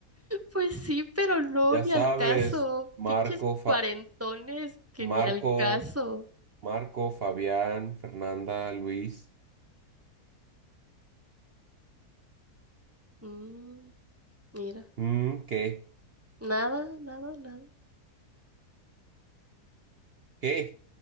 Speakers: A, on the right; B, on the right.
A: Pues sí, pero no,
B: Ya
A: ni
B: sabes,
A: al caso.
B: Marco,
A: Pinches
B: Fa-
A: cuarentones que
B: Marco,
A: ni al caso.
B: Marco, Fabián, Fernanda, Luis.
A: Mm, mira,
B: Mm, ¿qué?
A: nada, nada, nada,
B: ¿Qué?